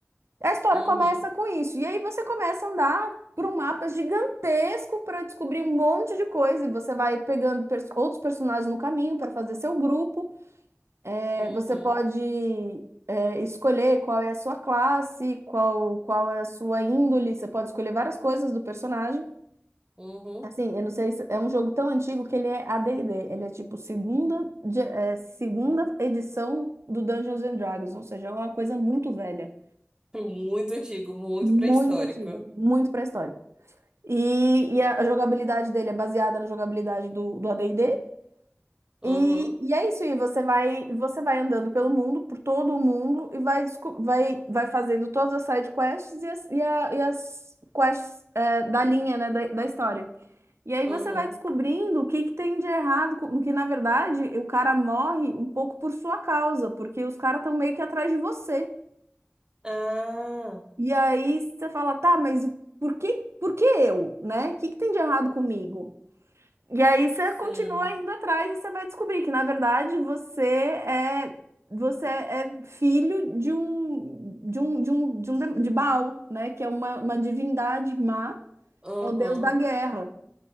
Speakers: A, on the right; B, on the right.
A: A história
B: uhum,
A: começa com isso. E aí você começa a andar por um mapa gigantesco para descobrir um monte de coisa. E você vai pegando pers- outros personagens no caminho para fazer seu grupo. É,
B: uhum,
A: você pode é, escolher qual é a sua classe, qual, qual é a sua índole. Você pode escolher várias coisas do personagem.
B: uhum.
A: Assim, eu não sei se é um jogo tão antigo que ele é AD&D. Ele é tipo segunda, de- é, segunda edição do Dungeons and Dragons. Ou seja, é uma coisa muito velha.
B: <laughs> Muito antigo, muito
A: Muito
B: pré-histórico.
A: antigo, muito pré-histórico. E, e a a jogabilidade dele é baseada na jogabilidade do, do AD&D. E, D.
B: Aham,
A: e e é isso, e você vai, você vai andando pelo mundo, por todo o mundo, e vai, desco- vai, vai fazendo todas as side quests e as, e a- e as quests é, da linha, né, da, da história. E aí
B: aham.
A: você vai descobrindo o que, que tem de errado, com- que na verdade o cara morre um pouco por sua causa, porque os caras estão meio que atrás de você.
B: Ah,
A: E aí você fala, tá, mas o- por que, por que eu, né? O que, que tem de errado comigo? E aí você
B: sim.
A: continua indo atrás e você vai descobrir que, na verdade, você é você é filho de um de um de um de, um dem- de Baal, né? Que é uma, uma divindade má,
B: Uhum,
A: é o deus da guerra.